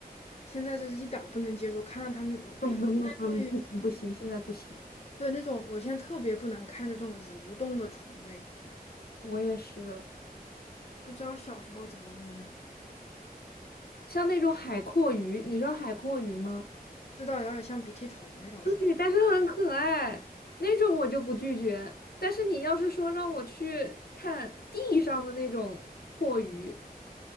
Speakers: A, on the left; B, on the left.
A: 现在就是一点儿不能接受，看到它那，
B: 嗯，不不不，
A: 我现在对于
B: 不行不行，现在不行。
A: 对那种，我现在特别不能看就这种蠕动的虫类，
B: 我也是，
A: 不知道小时候怎么能
B: 像那种海蛞蝓，你知道海蛞蝓吗？
A: 知道有点像鼻涕虫那种是不是？
B: 对，但是很可爱，那种我就不拒绝。但是你要是说让我去看地上的那种蛞鱼，